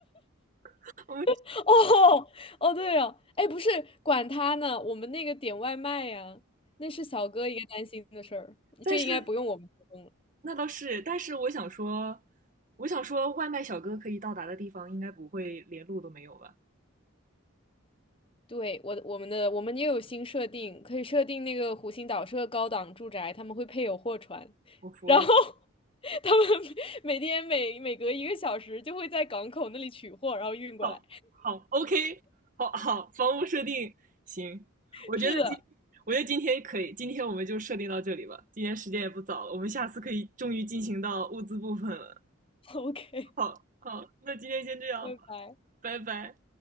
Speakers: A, on the right; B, on the left.
A: <laughs> 我们
B: <laughs> 哦哦，对哦，哎，不是，管他呢，我们那个点外卖呀，那是小哥应该担心的事儿，
A: 但是
B: 这个应该不用我们提供了。
A: 那倒是，但是我想说，我想说，外卖小哥可以到达的地方，应该不会连路都没有吧？
B: 对，我的我们的我们也有新设定，可以设定那个湖心岛是个高档住宅，他们会配有货船，
A: 我服了，
B: 然后 <laughs> 他们每天每每隔一个小时就会在港口那里取货，然后运过来。
A: 好，好，OK，好好，房屋设定行，我觉得今，
B: 是的
A: 我觉得今天可以，今天我们就设定到这里吧，今天时间也不早了，我们下次可以终于进行到物资部分了。
B: <laughs>，OK，
A: 好，好，那今天先这样吧，
B: 拜拜。
A: 拜拜。